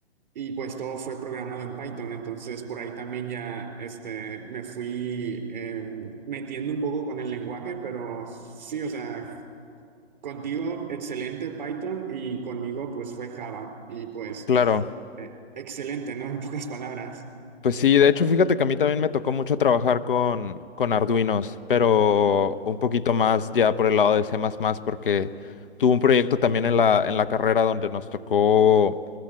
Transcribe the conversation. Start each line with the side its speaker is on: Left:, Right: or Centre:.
Right: y pues todo fue programado en Python, entonces por ahí también ya este, me fui eh, metiendo un poco con el lenguaje, pero sí, o sea, contigo excelente Python y conmigo pues fue Java y pues
Left: claro.
Right: eh, excelente, ¿no? <laughs> En pocas palabras.
Left: Pues sí, de hecho, fíjate que a mí también me tocó mucho trabajar con, con Arduinos, pero un poquito más ya por el lado de C++, porque tuve un proyecto también en la, en la carrera donde nos tocó